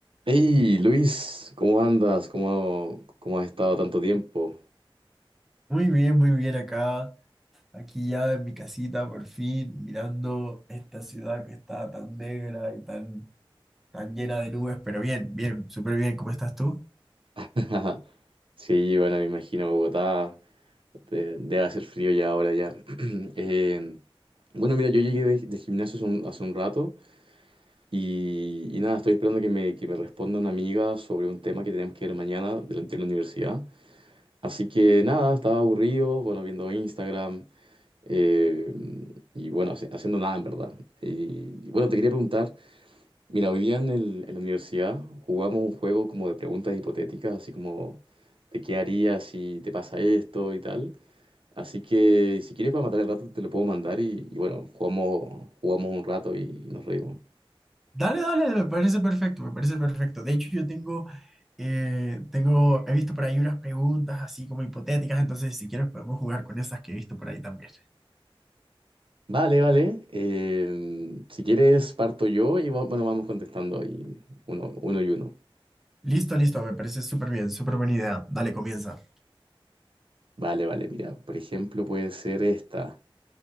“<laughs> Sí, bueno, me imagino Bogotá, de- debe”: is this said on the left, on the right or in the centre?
Right